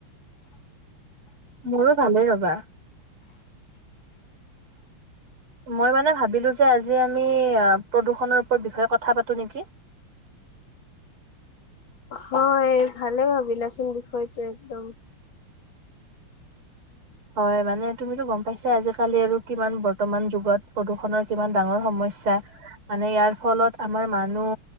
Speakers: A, on the right; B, on the left.
A: মোৰো ভালেই ৰবা। মই মানে ভাবিলো যে আজি আমি প্ৰদূষণৰ ওপ বিষয়ে কথা পাতো নেকি!
B: হয়, ভালে ভাবিলাচোন বিষয়টো একদম!
A: হয়, মানে তুমিতো গম পাইছাই আজিকালি আৰু কিমান বৰ্তমান যুগত প্ৰদূষণৰ কিমান ডাঙৰ সমস্যা! মানে ইয়াৰ ফলত আমাৰ মানুহ,